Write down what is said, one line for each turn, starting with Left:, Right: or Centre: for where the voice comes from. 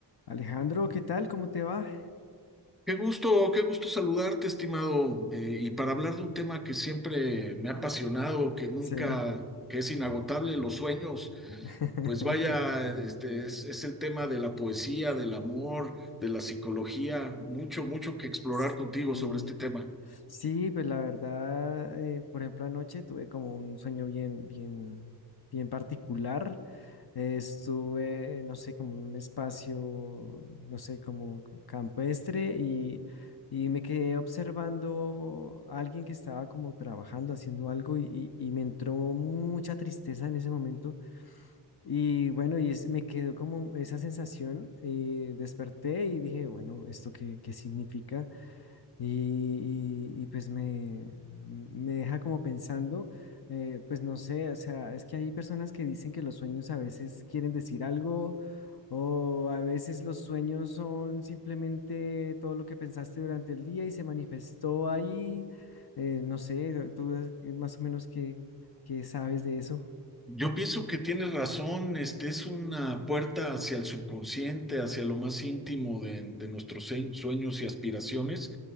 Left: Alejandro, ¿qué tal? ¿Cómo te va?
Centre: Qué gusto, qué gusto saludarte, estimado, eh, y para hablar de un tema que siempre me ha apasionado, que nunca,
Left: Sí.
Centre: que es inagotable, los sueños,
Left: <laughs>
Centre: pues vaya, este es, es el tema de la poesía, del amor, de la psicología, mucho, mucho que explorar
Left: Sí,
Centre: contigo sobre este tema.
Left: sí, pues la verdad, eh, por ejemplo, anoche tuve como un sueño bien, bien, bien particular. Eh, estuve, no sé, como en un espacio, no sé, como campestre y, y me quedé observando a alguien que estaba como trabajando, haciendo algo y, y y me entró mucha tristeza en ese momento Y bueno, y es- me quedó como esa sensación, y desperté y dije, bueno, ¿esto qué, qué significa? Y, y- y, pues me, me deja como pensando, eh, pues no sé, o sea, es que hay personas que dicen que los sueños a veces quieren decir algo o a veces los sueños son simplemente todo lo que pensaste durante el día y se manifestó ahí, eh, no sé, tú eh, más o menos qué, qué sabes de eso.
Centre: Yo pienso que tienes razón, este es una puerta hacia el subconsciente, hacia lo más íntimo de, de nuestros se- sueños y aspiraciones.